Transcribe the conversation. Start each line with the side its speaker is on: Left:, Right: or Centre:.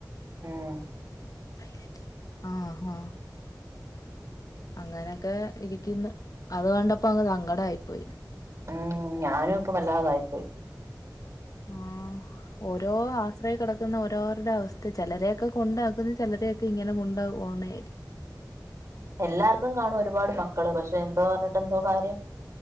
Right: ഉം
Left: സൈലന്റാ ആഹ് ആഹ് അങ്ങനെയൊക്കെ ഇരിക്കുന്ന് അതുകൊണ്ടപ്പോ അങ്ങ് സങ്കടായിപ്പോയി
Right: ഉം ഞാനും ഇപ്പൊ വല്ലാതായി പോയി
Left: ആഹ് ഓരോ ആശ്രയേ കെടക്കുന്ന ഓരോരുടെ അവസ്ഥ ചെലരെയൊക്ക കൊണ്ടാക്കുന്ന് ചെലരെ ക്ക് ഇങ്ങനെ കൊണ്ട് പോകുന്നേരി
Right: എല്ലാർക്കും കാണും ഒരുപാട് മക്കള് പക്ഷെ എന്തോ പറഞ്ഞിട്ട് എന്തോ കാര്യം